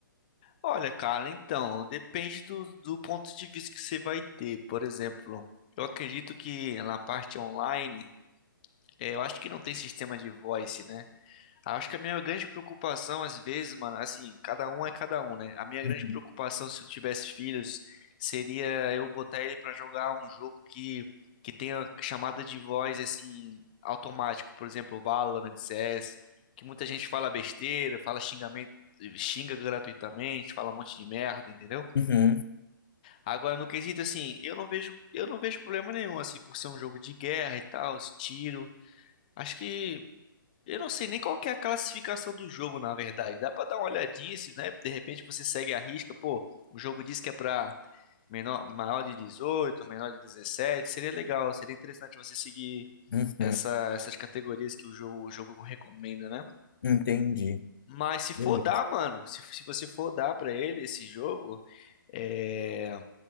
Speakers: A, on the left; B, on the left.
A: Olha, cara, então, depende do, do ponto de vista que você vai ter. Por exemplo, eu acredito que na parte online, eh, eu acho que não tem sistema de voice, né? Acho que a minha grande preocupação, às vezes, mano, assim, cada um é cada um, né? A minha grande
B: Uhum,
A: preocupação, se eu tivesse filhos, seria eu botar ele pra jogar um jogo que, que tenha chamada de voz, assim, automático. Por exemplo, Valorant, CS, que muita gente fala besteira, fala xingamento, xinga gratuitamente, fala um monte de merda, entendeu?
B: uhum,
A: Agora, no quesito, assim, eu não vejo, eu não vejo problema nenhum, assim, por ser um jogo de guerra e tal, esse tiro. Acho que eu não sei nem qual que é a classificação do jogo, na verdade. Dá pra dar uma olhadinha, se, né? De repente você segue a risca, pô, o jogo diz que é pra menor, maior de 18, menor de 17. Seria legal, seria interessante você seguir
B: uhum,
A: essa-
B: uhum.
A: essas categorias que o jogo, o jogo recomenda, né?
B: entendi.
A: Mas se
B: Beleza.
A: for dar, mano, se, se você for dar pra ele esse jogo, é...